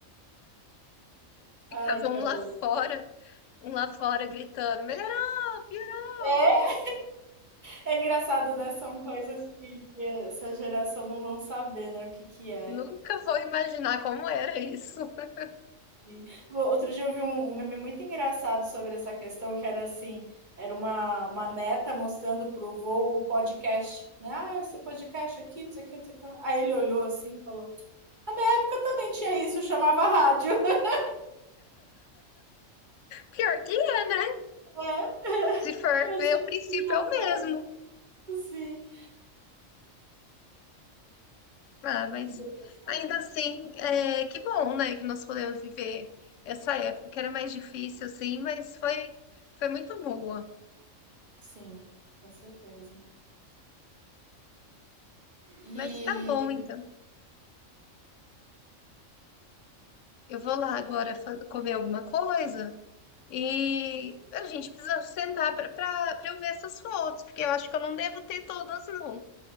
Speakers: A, on the left; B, on the right.
A: <laughs> ficava
B: ai, cara
A: um lá fora, um lá fora gritando, melhorou, piorou.
B: É, é engraçado, né, são coisas que que essa geração não vão saber, né, o que que é.
A: Nunca vou imaginar como era isso. <laughs>
B: Sim. O- Outro dia eu vi um, um meme muito engraçado sobre essa questão, que era assim, era uma, uma neta mostrando para o vô o podcast, né? Ah, esse podcast aqui, não sei o que, não sei o que. lá. Aí ele olhou assim e falou, na época também tinha isso, chamava rádio. <laughs>
A: Pior que é, né?
B: É,
A: Se for
B: eu achei
A: ver, o princípio
B: muito engraçado,
A: é o mesmo.
B: sim.
A: Ah,
B: Muito
A: mas
B: engraçado.
A: ainda assim, é, que bom, né? Que nós podemos viver essa época que era mais difícil, assim, mas foi, foi muito boa.
B: Sim, com certeza. E
A: Mas tá bom, então. Eu vou lá agora fa- comer alguma coisa e a gente precisa sentar para para eu ver essas fotos, porque eu acho que eu não devo ter todas, não.